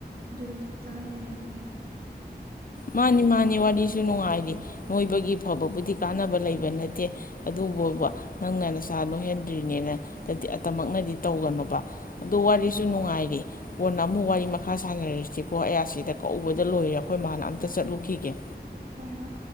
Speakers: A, on the right (about 55°); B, on the left (about 55°).
A: ꯑꯗꯨꯒ ꯆꯞ ꯆꯥꯅ ꯂꯩꯍꯟꯅꯤꯡꯉꯤ
B: ꯃꯥꯅꯤ ꯃꯥꯅꯤ ꯋꯥꯔꯤꯁꯨ ꯅꯨꯡꯉꯥꯏꯔꯤ ꯅꯣꯏꯕꯒꯤ ꯐꯕꯕꯨꯗꯤ ꯀꯥꯟꯅꯕ ꯂꯩꯕ ꯅꯠꯇꯦ ꯑꯗꯨꯕꯨꯕ ꯅꯪꯅ ꯅꯁꯥ ꯅꯣꯏꯍꯟꯗ꯭ꯔꯤꯅꯦꯅꯗꯤ ꯑꯇꯃꯛꯅꯗꯤ ꯇꯧꯒꯅꯣꯕ ꯑ ꯋꯥꯔꯤꯁꯨ ꯅꯨꯡꯉꯥꯏꯔꯤ ꯀꯣꯟꯅ ꯑꯃꯨꯛ ꯋꯥꯔꯤ ꯃꯈꯥ ꯁꯥꯟꯅꯔꯁꯤꯀꯣ ꯑꯌꯥꯁꯤꯗ ꯀꯗ ꯂꯣꯏꯔꯦ ꯑꯩꯈꯣꯏ ꯃꯥꯅ ꯑꯝꯇ ꯇ ꯆꯠꯂꯨꯈꯤꯒꯦ
A: ꯍꯣꯏ ꯍꯣꯏ